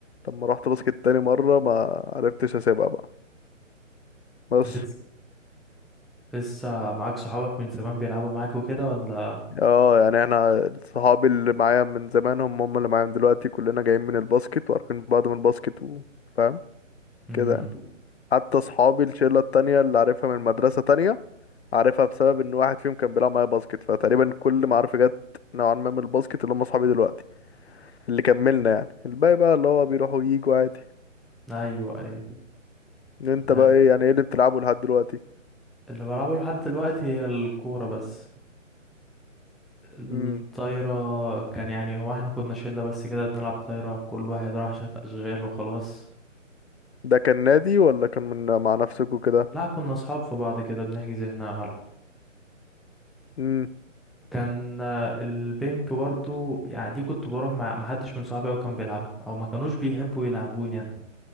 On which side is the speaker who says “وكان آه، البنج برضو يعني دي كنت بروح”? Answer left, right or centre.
Centre